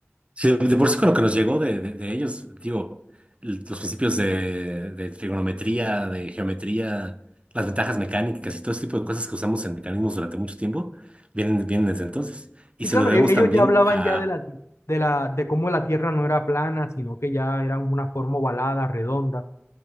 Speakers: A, on the right (about 25°); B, on the left (about 75°).
A: sí, de por sí con lo que nos llegó de, de- de ellos, digo, l- los principios de, de trigonometría, de geometría, las ventajas mecánicas y todo ese tipo de cosas que usamos en mecanismos durante mucho tiempo, vienen, vienen desde entonces. Y
B: Sí,
A: se
B: claro,
A: lo debemos
B: e- ellos
A: también
B: ya hablaban
A: a
B: ya de la, ti- de la, de cómo la Tierra no era plana, sino que ya era una forma ovalada, redonda.